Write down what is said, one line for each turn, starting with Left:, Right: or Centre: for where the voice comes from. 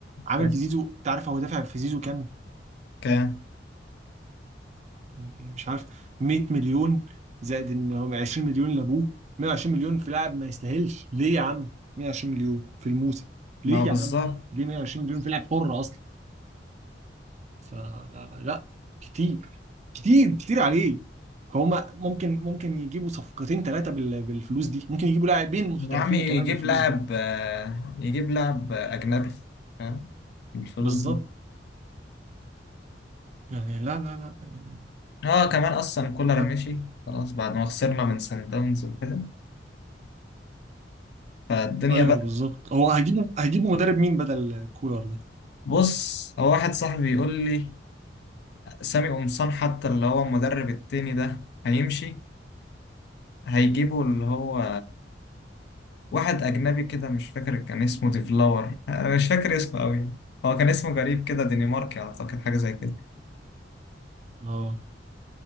Right: عامل
Left: ك-
Right: في زيزو انت عارف هو دافع في زيزو كام؟
Left: كام
Right: يعني مش عارف 100 مليون زائد ان هم 20 مليون لابوه 120 مليون في لاعب ما يستاهلش ليه يا عم؟ 120 مليون في الموسم ليه
Left: ما بالظبط
Right: يا عم؟ ليه 120 مليون في لاعب حر اصلا؟ فلا كتير كتير كتير عليه فهم ممكن ممكن يجيبوا صفقتين ثلاثة بالفلوس دي ممكن يجيبوا لاعبين محترفين
Left: يا عم يجيب
Right: كمان بالفلوس
Left: لاعب
Right: دي
Left: آه، يجيب لاعب اجنبي فاهم بالفلوس
Right: بالظبط
Left: دي
Right: يعني لا لا لا يعني
Left: اه كمان اصلا كولر
Right: لا
Left: مشي خلاص بعد ما خسرنا من سان داونز وكده فالدنيا
Right: ايوه
Left: بقى
Right: بالظبط هو هجيبوا هجيبوا مدرب مين بدل كولر ده
Left: بص هو واحد صاحبي يقول لي سامي قمصان حتى اللي هو المدرب التاني ده هيمشي هيجيبوا اللي هو واحد أجنبي كده مش فاكر كان اسمه ديفلاور أنا مش فاكر اسمه أوي هو كان اسمه غريب كده دنماركي أعتقد حاجة زي كده
Right: اه